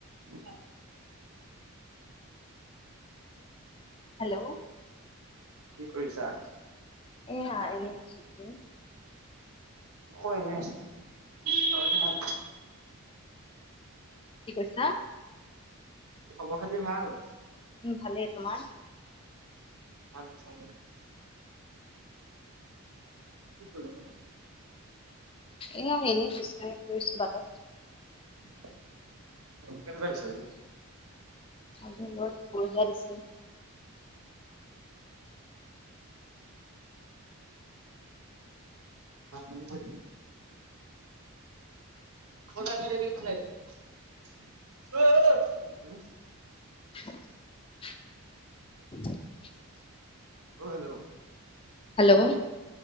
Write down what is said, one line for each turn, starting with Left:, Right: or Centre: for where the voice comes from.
Right: <unintelligible>
Left: হেল্ল'
Right: কি কৰিছা?
Left: এইয়া এনে আছোঁ।
Right: মইও এনে আছোঁ। বাদ বাকী ভাল?
Left: কি কৈছা?
Right: খবৰ খাতি ভাল?
Left: উম ভালেই তোমাৰ
Right: মাজ মাজে। কি কৰিছ?
Left: এয়া এনেই খোজকাঢ়ি ফুৰিছোঁ বাটত।
Right: ৰ'দ কেনেকুৱা দিছে আজি।
Left: আজি ৰ'দ
Right: <unintelligible> <unintelligible> ভাত
Left: বঢ়িয়া দিছে
Right: পানী খোৱাই কল টা আছে ৰেডীৰ খুলাইদে। উম
Left: <unintelligible> <unintelligible>
Right: অ' হেল্ল ও
Left: হেল্ল'